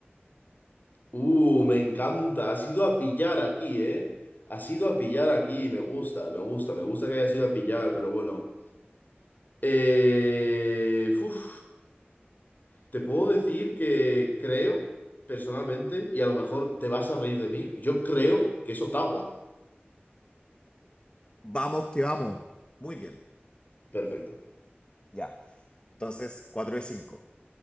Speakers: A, on the left; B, on the left.
A: Uh, me encanta, has ido a pillar aquí, ¿eh? Has ido a pillar aquí, me gusta, me gusta, me gusta que hayas ido a pillar, pero bueno. Eh... Uf. Te puedo decir que creo, personalmente, y a lo mejor te vas a reír de mí, yo creo que es Ottawa.
B: Vamos que vamos. Muy bien.
A: Perfecto.
B: Ya. Entonces, 4 de 5.